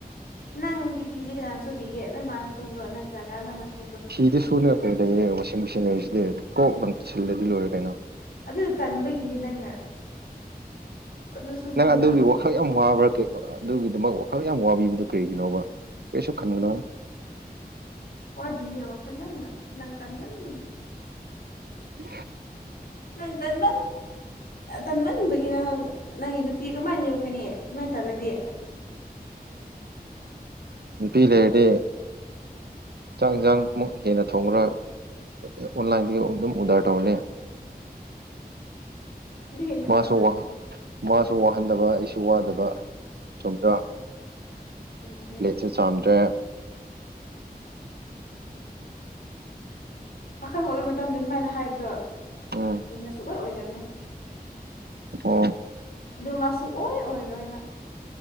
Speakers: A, on the left; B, on the right.
A: ꯅꯪꯒꯤ ꯐꯤꯗꯤ ꯀꯅꯥꯅ ꯁꯣꯏꯕꯤꯒꯦ ꯅꯣꯏ ꯃꯥꯅ ꯁꯣꯏꯕ꯭ꯔꯣ ꯅꯠꯇ꯭ꯔꯒ ꯅꯪꯅ ꯁ
B: ꯁꯤꯗꯤ ꯁꯨꯅꯔ ꯀꯩ ꯂꯩꯌꯦ ꯋꯥꯁꯤꯡ ꯃꯦꯆꯤꯟ ꯂꯩꯔꯤꯁꯤꯗꯤ ꯀꯣꯛ ꯂꯪꯁꯤꯜꯂꯗꯤ ꯂꯣꯏꯔꯦ ꯀꯩꯅꯣ
A: ꯑꯗꯨ ꯇꯟꯕꯒꯤꯅꯤ ꯅꯪꯅ ꯈꯨꯠꯅ ꯁꯨꯕꯁꯨ
B: ꯅꯪ ꯑꯗꯨꯒꯤ
A: ꯌꯥꯝ
B: ꯋꯥꯈꯜ ꯌꯥꯝ ꯋꯥꯕ꯭ꯔꯥ ꯑꯗꯨꯒꯤꯗꯃꯛ ꯋꯥꯈꯜ ꯌꯥꯝ ꯋꯥꯕꯤꯕꯗꯨ ꯀꯔꯤꯒꯤꯅꯣꯕ ꯀꯔꯤꯁꯨ ꯈꯟꯒꯅꯣ ꯍꯥꯏ
A: ꯋꯥꯕꯤꯌꯦ ꯋꯥꯈꯜ ꯌꯥꯝꯅ ꯅꯪ ꯀꯟꯕꯗꯤ
B: ꯎ
A: ꯅꯪ ꯇꯟꯃꯟ ꯇꯟꯃꯟꯕꯒꯤꯅꯪ ꯅꯪꯒꯤ ꯅꯨꯄꯤ ꯀꯃꯥꯏꯅ ꯌꯣꯛꯀꯅꯤ ꯃꯥ ꯇꯂꯗꯤ
B: ꯅꯨꯄꯤ ꯂꯩꯔꯗꯤ ꯆꯥꯡ ꯌꯦꯟꯁꯥꯡꯃꯨꯛ ꯍꯦꯟꯅ ꯊꯣꯡꯈ꯭ꯔ ꯑꯣꯟꯂꯥꯏꯟꯗꯒꯤ ꯑꯗꯨꯝ ꯑꯣꯗꯔ ꯇꯧꯔꯅꯤ
A: ꯟꯅ
B: ꯃꯥꯁꯨ
A: ꯊꯥꯖꯗ
B: ꯃꯥꯁꯨ ꯋꯥꯍꯟꯗꯕ ꯑꯩꯁꯨ ꯋꯥꯗꯕ ꯆꯣꯗ꯭ꯔꯥ
A: ꯆꯨꯝꯗꯦ
B: ꯂꯦꯠꯁꯨ ꯆꯥꯝꯗ꯭ꯔꯦ
A: ꯄꯥꯈꯪ ꯑꯣꯏꯕ ꯃꯇꯝꯗ ꯑꯗꯨꯃꯥꯏꯅ ꯍꯥꯏꯕꯗꯣ
B: ꯎꯝ
A: ꯌꯥꯝꯅ ꯁꯨꯡꯛꯂꯣꯏ ꯑꯣꯏꯗꯕꯅꯤ
B: ꯑꯣ
A: ꯑꯗꯨ ꯃꯁꯨꯨ ꯑꯣꯏ ꯑꯣꯏꯔꯣꯏꯅ